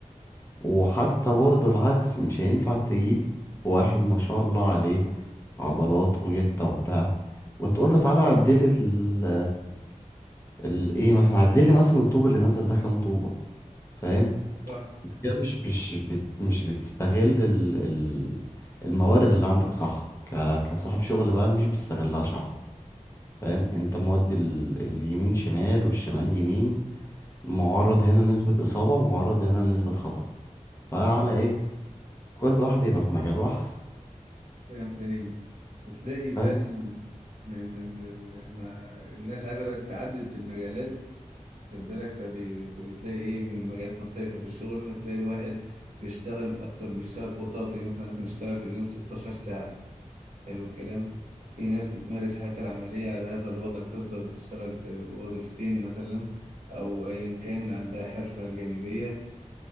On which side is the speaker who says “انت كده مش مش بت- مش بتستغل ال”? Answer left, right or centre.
Left